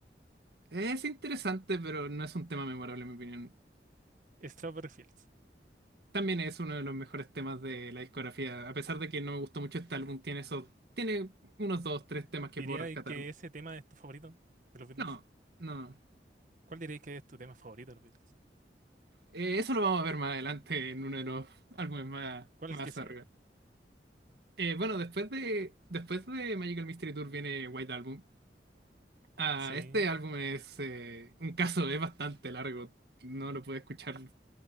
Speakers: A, on the right; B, on the right.
A: Es interesante, pero no es un tema memorable en mi opinión.
B: Strawberry Fields.
A: También es uno de los mejores temas de la discografía. A pesar de que no me gustó mucho este álbum, tiene eso tiene unos dos, tres temas que
B: ¿Diría
A: puedo rescatar.
B: que ese tema es tu favorito de los Beatles?
A: No, no.
B: ¿Cuál dirías que es tu tema favorito de los Beatles?
A: Eh, eso lo vamos a ver más adelante en uno de los álbumes más,
B: ¿Cuál
A: más
B: es el que siguen?
A: arriba. Eh, bueno, después de, después de Magical Mystery Tour viene White Album. Ah,
B: Sí.
A: este álbum es eh, un caso, es bastante largo. No lo puedo escuchar,